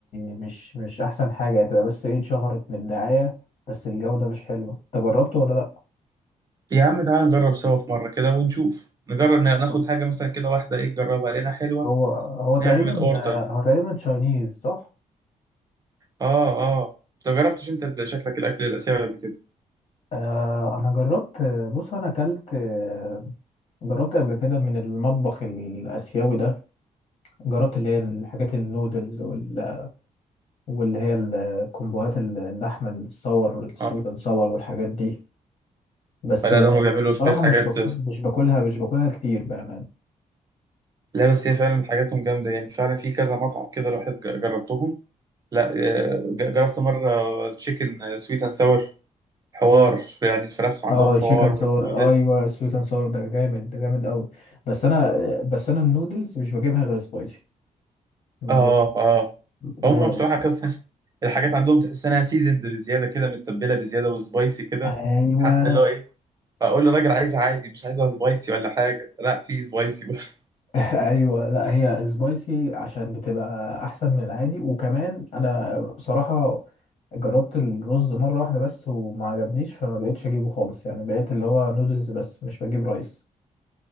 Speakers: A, on the left; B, on the right.
A: مش مش احسن حاجه يعني تبقى بس ايه اتشهرت من الدعايه بس الجوده مش حلوه انت جربته ولا لا
B: يا عم تعالى نجرب سوا في مره كده ونشوف نجرب نا- ناخد
A: طب
B: حاجه مثلا كده واحده ايه نجربها لقينا حلوه
A: هو هو تقريبا
B: نعمل اوردر
A: آه،
B: بقى
A: هو تقريبا تشاينيز صح
B: اه اه انت جربتش انت ال- شكلك الاكل الاسيوي قبل كده
A: آه انا جربت بص انا اكلت آه، جربت قبل كده من المطبخ الاسيوي ده جربت اللي هي الحاجات النودلز وال... واللي هي الكومبوهات ال- اللحمة الصور السويت
B: اه
A: اند صور والحاجات دي بس
B: ولا
A: اه
B: ده هم بيعملوا
A: بصراحة
B: شويه حاجات
A: مش بك... مش باكلها مش باكلها كتير بأمان
B: لا بس هي فعلا حاجاتهم جامده يعني فعلا في كذا مطعم كده الواحد ج- جربتهم لا آه، ج- جربت مره تشيكن سويت اند ساور حوار يعني الفراخ عندهم
A: اه
B: حوار
A: الشيكن صور
B: والنودلز
A: ايوه السويت اند صور ده جامد ده جامد قوي بس انا بس انا النودلز مش بجيبها غير سبايسي ما
B: اه
A: بجيب
B: اه
A: و...
B: هم بصراحه كاستن <laughs> الحاجات عندهم تحس انها سيزند بزياده كده متبله بزياده وسبايسي كده
A: ايوه
B: حتى لو ايه اقول للراجل عايزها عادي مش عايزها سبايسي ولا حاجه لا في سبايسي برضه <laughs>
A: <laughs> ايوه لا هي سبايسي عشان بتبقى احسن من العادي وكمان انا بصراحه جربت الرز مره واحده بس وما عجبنيش فما بقتش اجيبه خالص يعني بقيت اللي هو نودلز بس مش بجيب رايس